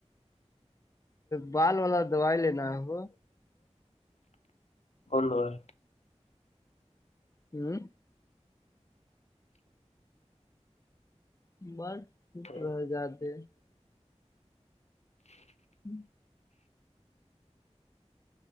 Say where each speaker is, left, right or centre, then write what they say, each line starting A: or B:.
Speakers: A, on the left; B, on the left.
A: بال والا دوائی لینا ہے وہ
B: ہوند ہے
A: ہوں بٹ ٹوٹ
B: ہلو
A: رہ جاتے ہوں